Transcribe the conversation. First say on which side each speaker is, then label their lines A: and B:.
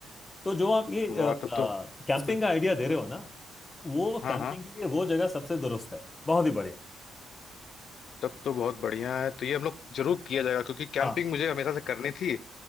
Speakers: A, on the left; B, on the left.
A: तो जो आप ये
B: वाह
A: कैंपिंग
B: तब तो हम्म,
A: का आइडिया दे रहे हो ना वो
B: हाँ
A: कैंपिंग
B: हाँ
A: के लिए वो जगह सबसे दुरुस्त है बहुत ही बढ़िया
B: तब तो बहुत बढ़िया है तो ये हम लोग जरूर किया जाएगा क्योंकि कैंपिंग
A: हाँ
B: मुझे हमेशा से करनी थी